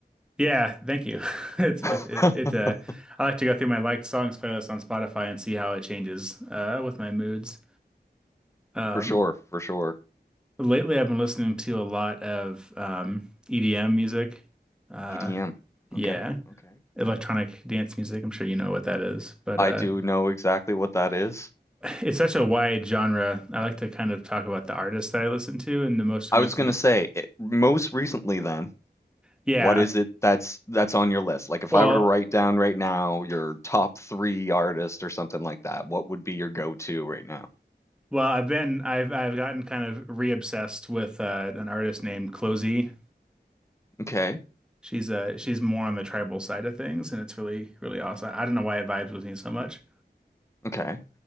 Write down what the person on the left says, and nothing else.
<laughs>
For sure, for sure.
EDM.
Okay, okay.
I
do know exactly what that is.
I
was gonna say it, most recently then,
what
is it that's that's on your list? Like if
I were to write down right now your top three artists or something like that, what would be your go-to right now?
Okay,
okay.